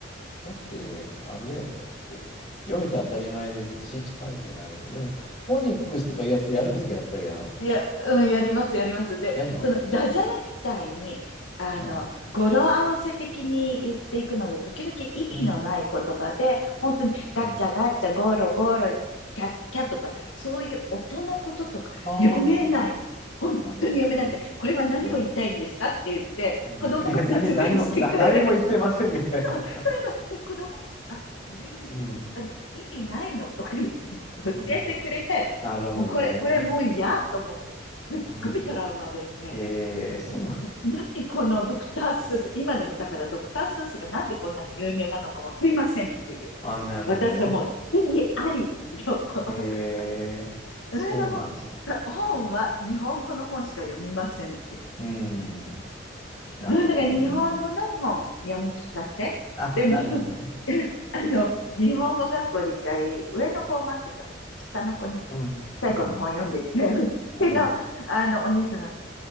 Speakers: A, on the left; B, on the left.
A: だって、あれだよねって。読めて当たり前でいちいち書いてないよね。でも、フォニックスとかいうやつやるんですか、やっぱり、あの、
B: いや、うん、やります、やります。で、
A: やるのうん。
B: そのダジャレみたいに、あの、
A: うん。
B: 語呂合わせ的に言っていくので、時々意味のない言葉で、
A: うん。
B: 本当にガッチャガッチャ、
A: うん。
B: ゴロゴロ、キャッキャとか、そういう音のこととか読めない。
A: あ
B: 本当に読めなくて、
A: あ、なるほどね。
B: これは何を言いたいんですかって言って、
A: えーうん、
B: 子供が説明してくれる
A: <laughs> いや、何、何も、な、何も言ってませんみたいな。
B: そうそうそう子供が、あ、これはね、
A: うん、
B: こ、あの、意味ないのとか言って <laughs> 教えてくれて、
A: うん。なるほどね。
B: もうこれ、これもう嫌と思って、すっごいトラウマですね。
A: うん。えー、そう。
B: ん何このドクタースース、今でもだからドクタースースがなんでこんなに有名なのかわかりませんっていう。
A: <laughs> ああなるほどね。
B: 私はもう、意義ありですよ。<laughs>
A: えー、そうなんだ。
B: それがもう、さ本は日本語の本しか読みませんって
A: うん。なるほどね。
B: うん、だから日本語の本読み聞かせ。
A: あ、
B: でも、
A: なるほどね。
B: <laughs> あの、日本語学校で一回、上の子を待ってた時、下の子に、ちっ
A: うん、
B: ちゃい子の本読んでいて、
A: うん、
B: 受付の、
A: うん。
B: あの、お姉さんが、